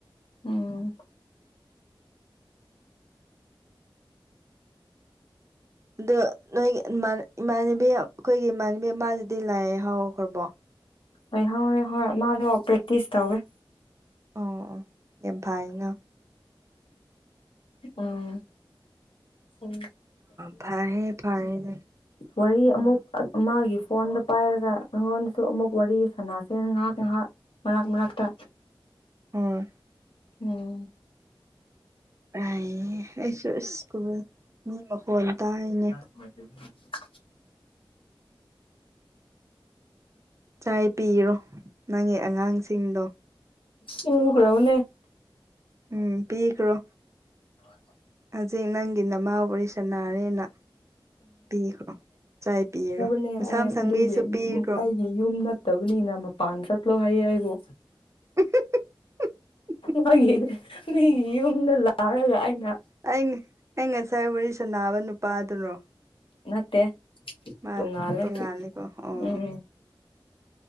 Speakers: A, on the left; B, on the right.
A: ꯎꯝ
B: ꯑꯗꯣ ꯅꯣꯏꯒꯤ ꯏꯃꯥꯟꯅꯕꯤ ꯑꯩꯈꯣꯏꯒꯤ ꯏꯃꯥꯟꯅꯕꯤ ꯑꯃꯗꯨꯗꯤ ꯂꯥꯏ ꯍꯥꯎꯈ꯭ꯔꯕꯣ
A: ꯍ ꯍꯣꯏꯣꯏ ꯍꯣꯏ ꯃꯥꯗꯣ ꯄ꯭ꯔꯦꯛꯇꯤꯁ ꯇꯧꯋꯦ
B: ꯑ ꯑ ꯌꯥꯝ ꯐꯥꯏ ꯉꯥ
A: ꯎꯝ ꯎꯝ
B: ꯐꯔꯦ ꯐꯔꯦ ꯑꯗꯨꯗꯤ꯫
A: ꯋꯥꯔꯤ ꯑꯃꯨꯛ ꯑꯃꯒꯤ ꯐꯣꯟꯗ ꯄꯥꯏꯔꯒ ꯅꯉꯣꯟꯗꯁꯨ ꯑꯃꯨꯛ ꯋꯥꯔꯤ ꯁꯅꯥꯁꯦ ꯉꯥꯏꯍꯥꯛ ꯉꯥꯏꯍꯥꯛ꯫ ꯃꯔꯛ ꯃꯔꯛꯇ꯫
B: ꯑꯣꯢ꯫
A: ꯎꯝ꯫
B: ꯑꯩꯥꯏ ꯑꯩꯁꯨ ꯑꯁꯀꯨ ꯃꯤ ꯃꯈꯣꯟ ꯇꯥꯏꯅꯦ꯫
A: ' <inaudible>
B: ꯆꯥꯏ ꯄꯤꯔꯣ ꯅꯪꯒꯤ ꯑꯉꯥꯡꯁꯤꯡꯗꯣ꯫
A: ꯄꯨꯈꯔꯕꯅꯦ꯫
B: ꯎꯝ ꯄꯤꯈ꯭ꯔꯣ
A: <unintelligible>
B: ꯍꯧꯖꯤꯛ ꯅꯪꯒꯤ ꯅꯃꯥ ꯋꯔꯤ ꯁꯅꯔꯦꯅ ꯄꯤꯈ꯭ꯔꯣ ꯆꯥꯏ ꯄꯤꯔꯣ
A: ꯎꯕꯅꯦ
B: ꯃꯁꯥ
A: ꯑꯩ
B: ꯃ ꯁꯪꯕꯤꯁꯨ
A: ꯑꯗꯨꯒꯤ
B: ꯄꯤꯈ꯭ꯔꯣ
A: ꯑꯩꯒꯤ ꯌꯨꯝ ꯅꯠꯇꯕꯅꯤꯅ ꯃꯄꯥꯟ ꯆꯠꯂꯣ ꯍꯥꯢꯌꯦ ꯑꯩꯕꯨ
B: <unintelligible>
A: ꯃꯥꯒꯤ ꯃꯤꯒꯤ ꯌꯨꯝꯗ ꯂꯥꯛꯑꯒ ꯑꯩꯅ
B: ꯑꯩꯅꯤ ꯑꯩ ꯉꯁꯥꯢ ꯋꯥꯔꯤ ꯁꯅꯥꯕ ꯅꯨꯄꯥꯗꯨꯔꯣ
A: ꯅꯠꯇꯦ
B: ꯃꯥ
A: ꯇꯣꯡꯉꯥꯜꯂꯦ
B: ꯇꯣꯡꯉꯥꯜꯂꯦꯀꯣ ꯑꯣ
A: ꯎꯝ